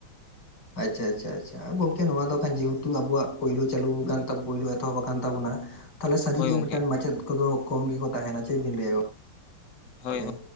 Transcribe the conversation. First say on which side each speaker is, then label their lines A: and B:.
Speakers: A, on the left; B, on the left.
A: ᱟᱪᱪᱷᱟ, ᱟᱪᱪᱷᱟ, ᱟᱪᱪᱷᱟ ᱜᱚᱝᱠᱮ ᱱᱚᱣᱟ ᱫᱚ ᱠᱷᱟᱱ ᱡᱮᱦᱮᱛᱩ ᱟᱵᱚᱣᱟᱜ ᱯᱩᱭᱞᱳ ᱪᱟᱹᱞᱩ ᱠᱟᱱ ᱯᱩᱭᱞᱳ ᱮᱛᱚᱦᱚᱵ ᱟᱠᱟᱱ ᱛᱟᱵᱚᱱᱟ᱾ ᱛᱟᱦᱚᱞᱮ ᱥᱟᱹᱨᱤ
B: ᱦᱳᱭ
A: ᱜᱮ
B: ᱜᱚᱝᱠᱮ
A: ᱢᱤᱫ ᱴᱟᱱ ᱢᱟᱪᱮᱫ ᱠᱚᱫᱚ ᱠᱚᱢ ᱜᱮᱠᱚ ᱛᱟᱦᱮᱱᱟ ᱪᱮᱫ ᱵᱤᱱ ᱞᱟᱹᱭᱟ ᱜᱚᱝᱠᱮ?
B: ᱦᱳᱭ᱾